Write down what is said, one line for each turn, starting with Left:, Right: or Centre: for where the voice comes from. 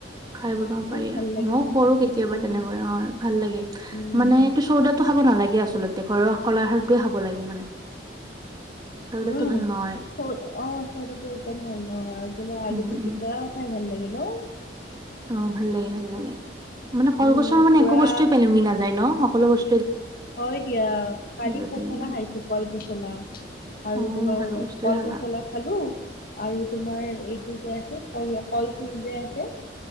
Right: খাই বনাব পাৰি
Left: ভাল
Right: আৰু
Left: লাগে
Right: মই
Left: ন
Right: কৰো
Left: খাবলৈ।
Right: কেতিয়াবা
Left: উম,
Right: তেনেকৈ অ, ভাল লাগে।
Left: উম।
Right: মানে এইটো চৌদাটো খাব নালাগে আচলতে ঘৰৰ কলা খাৰটোৱে খাব লাগে মানে। চৌদাটো
Left: উম,
Right: ভাল নহয়
Left: চৌদ অ, চৌদাটো এ চব ভাল নহয় আৰু তোমাৰ
Right: উম
Left: আলু পিটিকাওঁ
Right: উম
Left: খাই ভাল লাগে ন?
Right: অ, ভাল লাগে - ভাল লাগে মানে কলগছৰ
Left: উম,
Right: মানে
Left: পুৰা
Right: একো বস্তু পেলুঙি নাযায় ন' সকলো বচ
Left: হয় দিয়া কালি
Right: গোটেই
Left: পচলা
Right: ইমান
Left: খাইছো কল পচলা। আৰু
Right: অ
Left: তোমাৰ
Right: ভাল বস্তুৱে
Left: কল
Right: খালা
Left: পচলা খালো আৰু তোমাৰ এইটো যে আছে কল-কলফুল যে আছে